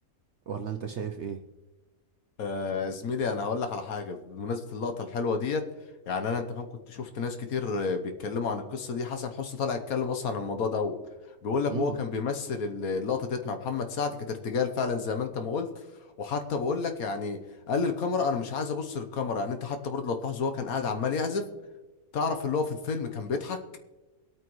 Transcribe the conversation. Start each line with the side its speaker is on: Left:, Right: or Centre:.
Right: ولا انت شايف ايه
Left: آه زميلي انا هقول لك على حاجه بمناسبه اللقطه الحلوه ديت يعني انا انت فاهم كنت شفت ناس كتير آه، بيتكلموا عن القصه دي حسن حسني طلع يتكلم اصلا عن الموضوع دوت بيقول لك
Right: امم
Left: وهو كان بيمثل ال- اللقطه ديت مع محمد سعد كانت ارتجال فعلا زي ما انت ما قلت وحتى بقول لك يعني قال للكاميرا انا مش عايز ابص للكاميرا يعني انت حتى برضه لو تلاحظ هو كان قاعد عمال يعزف تعرف اللي هو في الفيلم كان بيضحك